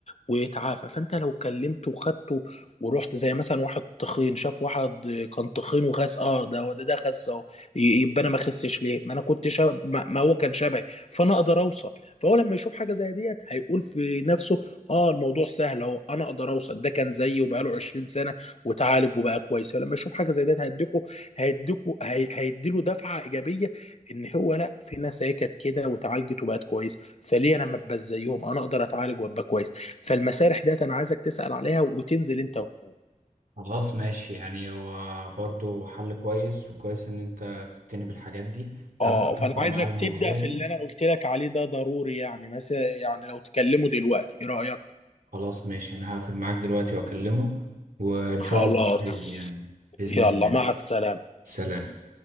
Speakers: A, on the left; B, on the right.
A: ويتعافى فانت لو كلمته وخدته ورحت زي مثلا واحد تخين شاف واحد كان تخين وخس اه ده ده ده خس اهو ي- يبقى انا ما خسش ليه ما انا كنت شاب ما ما هو كان شبهي فانا اقدر اوصل فهو لما يشوف حاجه زي ديت هيقول في نفسه اه الموضوع سهل اهو انا اقدر اوصل ده كان زيي وبقاله 20 سنه وتعالج وبقى كويس فلما يشوف حاجه زي ديت هيديكوا هيديكوا هي هيديله دفعه ايجابيه ان هو لا في ناس هي كانت كده وتعالجت وبقت كويس فليه انا ما ابقاش زيهم انا اقدر اتعالج وابقى كويس فالمسارح ديت انا عايزك تسأل عليها وتنزل انت وهو
B: خلاص ماشي يعني هو برضه حل كويس وكويس ان انت فدتني بالحاجات دي
A: اه
B: هبدا اطبق
A: فانا عايزك
B: معاه المواضيع
A: تبدأ في
B: دي
A: اللي انا قلت لك عليه ده ضروري يعني مثلا يعني لو تكلمه دلوقتي ايه رأيك
B: خلاص ماشي انا هقفل معاك دلوقتي واكلمه وان
A: خلاص
B: شاء الله خير يعني باذن
A: يلا
B: الله
A: مع السلامة
B: سلام